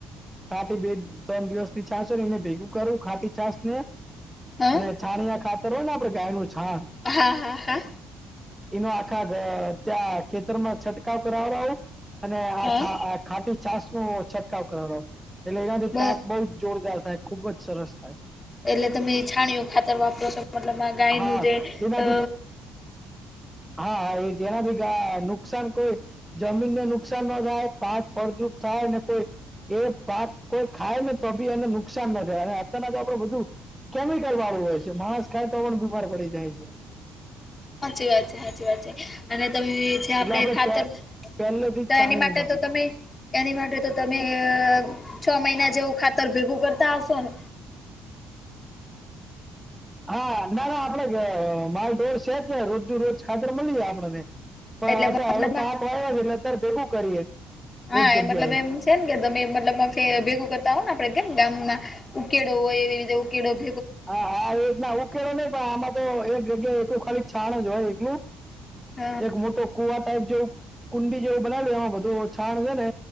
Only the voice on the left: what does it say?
હા
હા હા હા
હા
બ
એટલે તમે છાણીયો ખાતર વાપરો છો મતલબ આ ગાયનુંું
જે
અ
સાચી વાત છે સાચી વાત છે અને તમે જે આપડે
ખાતર
તો
એની માટે
તો તમે એની માટે તો તમે છ મહિના જેવું ખાતર ભેગું કરતા હશો ને
એટલે મતલબમાં
હા
એ મતલબ એમ છે કે તમે મતલબ ભેગું કરતા હોવ ને આપડે કેમ ગામમાં ઉકે ન હું એવી રીતે ઉકેડવ
હ